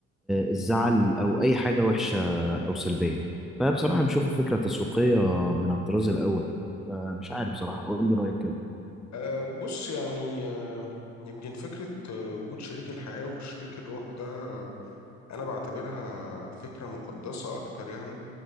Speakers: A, in the centre; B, on the left (about 40°).
A: الزعل أو أي حاجة وحشة أو سلبية فبصراحة أنا بشوف فكرة تسويقية من الطراز الأول يعني فمش عارف بصراحة قول لي رأيك كده
B: أه بص يعني أه يمكن فكرة آه، وجود شريك الحياة وشريك الروح ده أنا بعتبرها فكرة مقدسة أكتر يعني